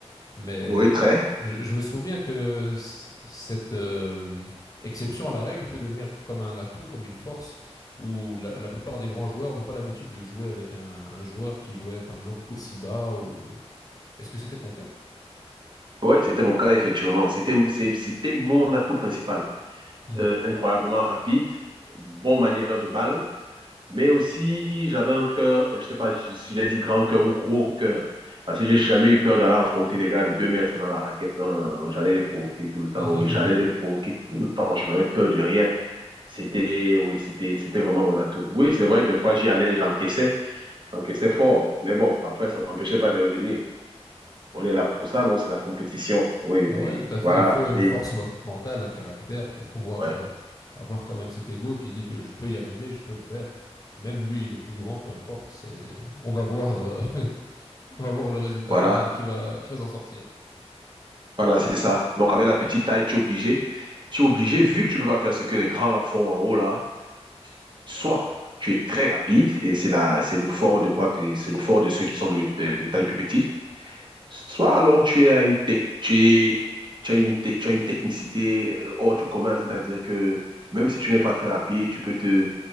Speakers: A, on the left; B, on the right.
A: mais
B: ouais, très.
A: je, je me souviens que c- cette euh, exception à la règle peut devenir comme un atout, comme une force, où la, la plupart des grands joueurs n'ont pas l'habitude de jouer avec un, un joueur qui jouait par exemple aussi bas ou... Est-ce que c'était ton cas?
B: Oui, c'était mon cas, effectivement. C'était, c'est- c'était mon atout principal.
A: Mhm.
B: Euh, incroyablement rapide, bon manière de balle, Mais aussi, j'avais un cœur, je sais pas si si je l'ai dit grand cœur ou gros cœur. Parce que j'ai jamais eu peur d'aller affronter les gars de deux mètres dans la raquette. Non, non, non, non, j'allais les provoquer tout le
A: <laughs>
B: temps. Oui, j'allais les provoquer tout le temps. Je n'avais peur de rien. C'était, oui, c'était, c'était vraiment mon atout. Oui, c'est vrai, des fois, j'y allais, j'encaissais, j'encaissais fort. Mais bon, après, ça m'empêchait pas de revenir. On est là pour ça, non? C'est la compétition. Oui,
A: Ouais,
B: mais
A: tout à fait.
B: voilà,
A: Il faut une
B: mais,
A: force mo- mentale, un caractère pour pouvoir
B: ouais,
A: euh, avoir quand même cet ego qui dit que je peux y arriver, je peux le faire. Même lui, il est plus grand, peu importe. C'est, on va voir euh, <laughs> On va voir le résultat
B: voilà,
A: final qui va, qui va s'en sortir.
B: voilà, c'est ça. Donc, avec la petite taille, tu es obligé. Tu es obligé, vu que tu peux pas faire ce que les grands là font en haut, là, soit tu es très rapide, et c'est la, c'est le fort de quoi que c'est le fort de ceux qui sont de, de, de taille plus petite, soit alors tu es une tech, tu, es, tu as une, tech, tu as une technicité euh, hors du commun, c'est-à-dire que même si tu n'es pas très rapide, tu peux te,